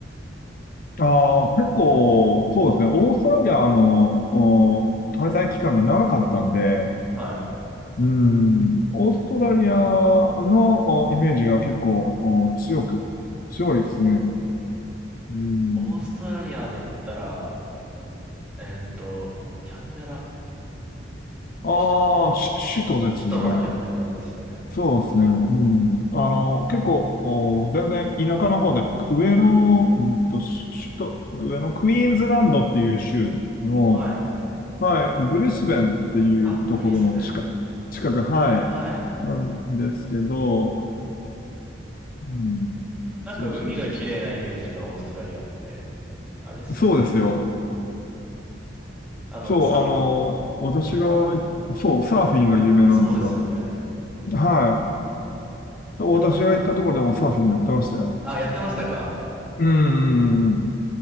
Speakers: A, on the left; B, in the centre.
A: ああ、結構、そうですね。オーストラリアの、お、滞在期間が長かったんで、
B: はい。
A: うん、オーストラリアの、おイメージが結構、お強く、強いですね。うん
B: オーストラリアで言ったら、えーっと、キャンベラ
A: ああ、
B: でしたっけ
A: し首都ですよね。
B: 首都はキャンベラですよね。
A: そうですね。うん。あの、結構、お、全然田舎の方で、上の、うんと、し首都、上のクイーンズランドっていう州の、
B: はい。
A: はい、ブリスベンっていうところの近く、
B: あ、ブリスベン。
A: 近く、はい、
B: はい。
A: なんですけど、うん。
B: なんか海が綺麗なイメージがオーストラリアって、
A: そうそうそうそう。
B: あれですよね。
A: そうですよ。
B: あの、
A: そう、
B: さ、
A: あの、私が行って、そう、サーフィンが有名なんですよ。
B: そうですよね。
A: はい。そう私が行ったところでもサーフィンやってましたよ。
B: やっぱ、あ、やってましたか
A: うーん。